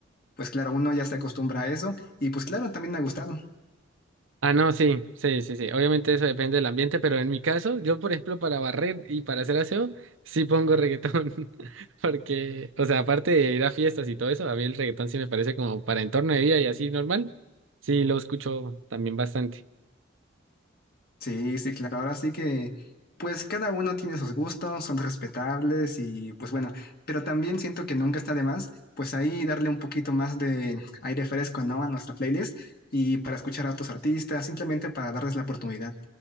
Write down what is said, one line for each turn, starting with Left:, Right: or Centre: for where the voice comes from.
Left: pues claro, uno ya se acostumbra a eso y pues claro, también me ha gustado.
Right: Ah, no, sí, sí, sí, sí. Obviamente eso depende del ambiente, pero en mi caso, yo, por ejemplo, para barrer y para hacer aseo, sí pongo reggaetón. <laughs> Porque, o sea, aparte de ir a fiestas y todo eso, a mí el reggaetón sí me parece como para entorno de vida y así normal. Sí, lo escucho también bastante.
Left: Sí, sí, claro. Ahora sí que, pues cada uno tiene sus gustos, son respetables y pues bueno, pero también siento que nunca está de más, pues ahí darle un poquito más de aire fresco, ¿no? A nuestra playlist y para escuchar a otros artistas, simplemente para darles la oportunidad.